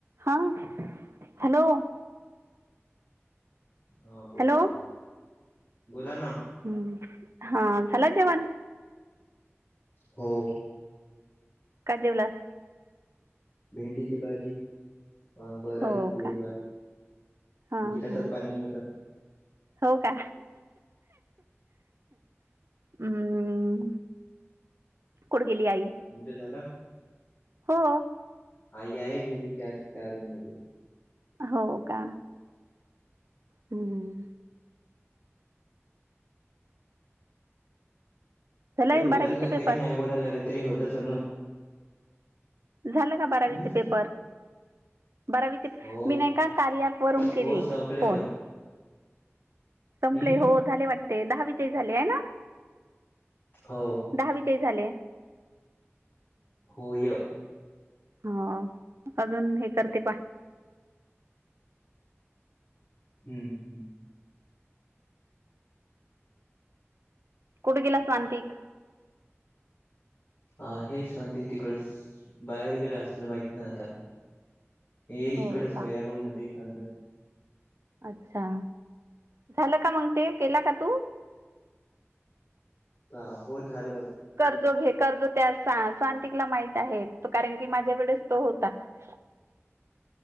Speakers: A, on the right (about 70°); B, on the left (about 40°).
A: हां, हॅलो.
B: हा बोला
A: हॅलो
B: ना, बोला ना.
A: हम्म. हा झालं जेवण
B: हो.
A: का जेवलात.
B: भेंडीची भाजी. अ वरण,
A: हो
B: पोळी,
A: का
B: भात
A: हा
B: गिलासात
A: हा
B: पाणी होत.
A: हो का. हं, कुठ गेली आई.
B: तुमच्या झालं.
A: हो.
B: आई आहे घरी, त्याच त्या रूम मध्ये.
A: हो का. हं- हं. झालंय
B: तर बोलायच
A: बारावीचे
B: लागते
A: पेपर
B: का, नाही बोलायला लागल तरी होत असेल ना.
A: झालं का
B: हम्म
A: बारावीचे पेपर. बरावीच
B: हो
A: मी नाही का कार्या ॲप वरून
B: हो
A: केली
B: संपले
A: फोन.
B: पण
A: संपले
B: हम्म
A: हो झाले वाटते दहावीचे ही झाले हो ना.
B: हो.
A: दहावी चे ही झाले.
B: होय
A: हा अजून हे करते
B: हम्म- हम्म.
A: कुठे गेला सांतिक.
B: आहे सांतिक तिकडचं, बाहेर गेला असेल माहित नाही आता. ये
A: हो
B: इकडच हाय
A: का
B: या रूम मध्ये अंदर.
A: अच्छा, झालं का मंग ते केला का तू
B: हां हो झालं.
A: कर्जो कर्जो त्या स्वांंतिकला माहित आहे कारण की माझ्याकडेच तो होता. <inaudible>